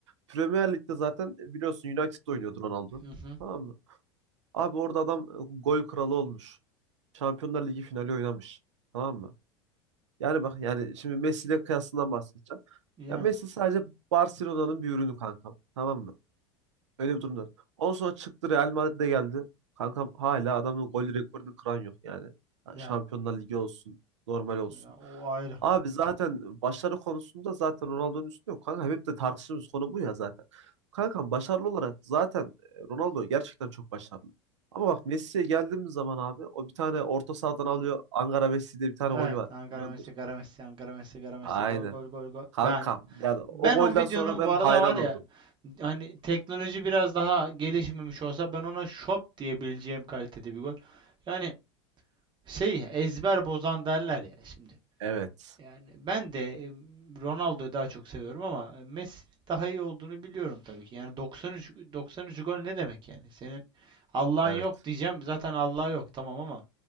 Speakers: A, on the right (about 85°); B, on the right (about 30°).
A: Premier Lig'de zaten e, biliyorsun United'da oynuyordu Ronaldo.
B: Hı hı.
A: Tamam mı? Abi orada adam e, gol kralı olmuş. Şampiyonlar Ligi finali oynamış. Tamam mı? Yani bak yani şimdi Messi ile kıyasından bahsedeceğim.
B: Yani
A: Ya Messi sadece Barcelona'nın bir ürünü kankam. Tamam mı? Öyle bir durumda. Ondan sonra çıktı Real Madrid'e geldi. Kankam hala adamın gol rekorunu kıran yok yani.
B: ya,
A: Şampiyonlar Ligi olsun, normal olsun.
B: ya o ayrı.
A: Abi zaten başarı konusunda zaten Ronaldo'nun üstünde yok. Kanka hep de tartıştığımız konu bu ya zaten. Kankam başarılı olarak zaten e, Ronaldo gerçekten çok başarılı. Ama bak Messi'ye geldiğimiz zaman abi o bir tane orta sahadan alıyor. Ankara Messi diye bir tane
B: Evet,
A: golü var.
B: Ankara
A: Biliyordur.
B: Messi, Ankara Messi, Ankara Messi, Ankara Messi,
A: Aynen.
B: gol gol gol gol.
A: Kankam
B: Ben
A: yani o
B: Ben
A: golden
B: o videonun
A: sonra ben
B: bu arada
A: hayran
B: var ya
A: oldum.
B: hani teknoloji biraz daha gelişmemiş olsa ben ona şop diyebileceğim kalitede bir gol. Yani şey ezber bozan derler ya şimdi.
A: Evet.
B: Yani ben de e, Ronaldo'yu daha çok seviyorum ama e, Messi'nin daha iyi olduğunu biliyorum tabii ki. Yani 93 93 gol ne demek yani? Senin Allah'ın
A: Evet.
B: yok diyeceğim. Zaten Allah yok tamam ama